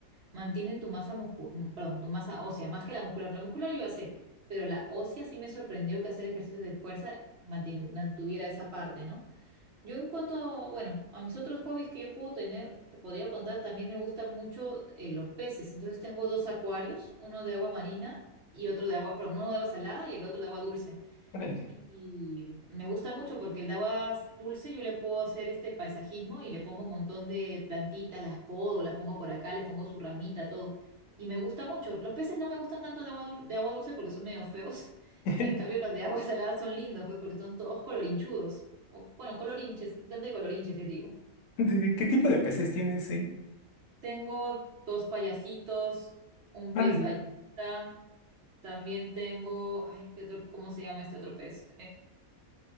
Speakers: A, on the right; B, on the left.
A: mantienen tu masa muscu- mm, perdón, tu masa ósea, más que la muscular. La muscular yo ya sé, pero la ósea sí me sorprendió que hacer ejercicios de fuerza mantenu- mantuviera esa parte, ¿no? Yo en cuanto, bueno, a mis otros hobbies que yo puedo tener, te podría contar, también me gustan mucho eh, los peces. Entonces tengo dos acuarios, uno de agua marina y otro de agua, perdón, uno de agua salada y el otro de agua dulce.
B: Órale.
A: Y me gusta mucho porque el de agua dulce yo le puedo hacer este paisajismo y le pongo un montón de plantitas, las podo, las pongo por acá, le pongo su ramita, todo. Y me gusta mucho. Los peces no me gustan tanto de agua dul- de agua dulce porque son medio feos. <laughs>
B: <laughs>
A: En cambio, los de agua <laughs> salada son lindos, pues porque son todos colorinchudos. O, bueno, colorinches, tanto de colorinches les digo.
B: Sí, sí, ¿Qué tipo de peces tienes ahí?
A: Tengo dos payasitos, un
B: Órale.
A: pez ballesta. También tengo, ay, ¿qué otro, cómo se llama este otro pez?